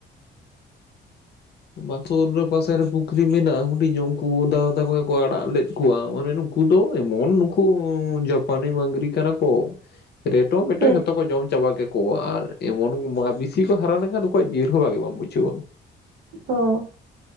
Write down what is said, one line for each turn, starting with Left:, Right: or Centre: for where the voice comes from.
Left: ᱵᱟᱠᱩᱨ ᱨᱮ ᱯᱟᱥᱮ ᱨᱮ ᱯᱩᱠᱷᱨᱤ ᱢᱮᱱᱟᱜ-ᱟ ᱦᱩᱰᱤᱧ ᱩᱱᱠᱩ ᱫᱟᱫᱟ ᱛᱟᱠᱚ ᱜᱮᱠᱚ ᱟᱲᱟᱜ ᱞᱮᱫᱼᱼ ᱠᱩᱣᱟ ᱟᱨ ᱚᱱᱮ ᱱᱩᱠᱩ ᱫᱚ ᱮᱢᱚᱱ ᱱᱩᱠᱩ ᱡᱟᱯᱟᱱᱤ ᱢᱟᱹᱝᱜᱽᱨᱤ ᱠᱟᱱᱟ ᱠᱚ᱾
Right: <inaudible>
Left: ᱨᱮᱴᱚ ᱢᱮᱴᱚ
Right: ᱦᱮᱸ
Left: ᱡᱷᱚᱛᱚ ᱠᱚ ᱡᱚᱢ ᱪᱟᱵᱟ ᱠᱮᱜᱼᱼ ᱠᱚᱣᱟ ᱟᱨ ᱮᱢᱚᱱ ᱢᱟ ᱵᱤᱥᱤ ᱠᱚ ᱦᱟᱨᱟ ᱞᱮᱱᱠᱷᱟᱱ ᱩᱱᱠᱩ ᱣᱟᱜ ᱡᱤᱞ ᱦᱚᱸ ᱵᱷᱟᱜᱤ ᱵᱟᱝ ᱵᱩᱡᱷᱟᱹᱣᱟ᱾
Right: ᱚ᱾